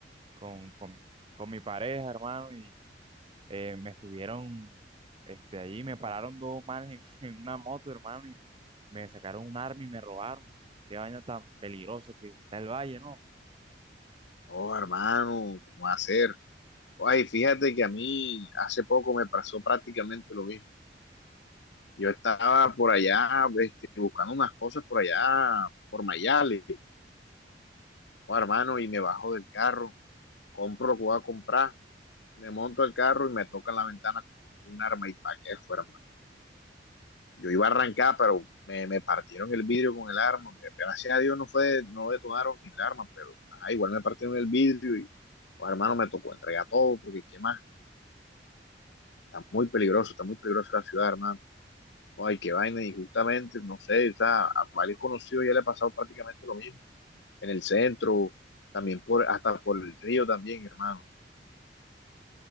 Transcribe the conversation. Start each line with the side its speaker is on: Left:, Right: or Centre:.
Right: con, con, con mi pareja, hermano, y eh, me estuvieron, este, ahí me pararon dos manes en, <laughs> en una moto, hermano, y me sacaron un arma y me robaron. Qué vaina tan peligrosa que está el valle, ¿no?
Left: No, hermano, ¿cómo va a ser? Ay, fíjate que a mí hace poco me pasó prácticamente lo mismo. Yo estaba por allá, este, buscando unas cosas por allá, por Mayale. Oh, hermano, y me bajo del carro, compro lo que voy a comprar, me monto al carro y me toca en la ventana un arma y pa' qué fue, yo iba a arrancar, pero me, me, partieron el vidrio con el arma. Gracias a Dios no fue, no detonaron el arma, pero ah, igual me partieron el vidrio y, pues, hermano, me tocó entregar todo, porque qué más, está muy peligroso, está muy peligrosa la ciudad, hermano. Oh, Ay, qué vaina, y justamente, no sé, o sea, a varios conocidos ya le ha pasado prácticamente lo mismo, en el centro, también por, hasta por el río también, hermano.